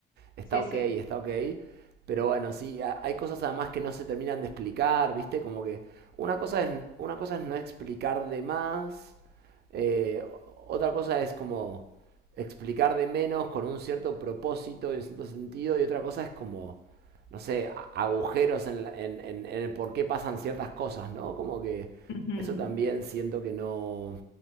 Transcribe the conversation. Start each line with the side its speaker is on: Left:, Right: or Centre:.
Right: está
Left: Sí,
Right: ok,
Left: sí.
Right: está ok. Pero bueno, sí, hay cosas además que no se terminan de explicar, ¿viste? Como que una cosa es, una cosa es no explicar de más, eh, otra cosa es como explicar de menos con un cierto propósito y un cierto sentido, y otra cosa es como, no sé, a- agujeros en, la- en- en- en el por qué pasan ciertas cosas, ¿no? Como que
Left: Ujú.
Right: eso también siento que no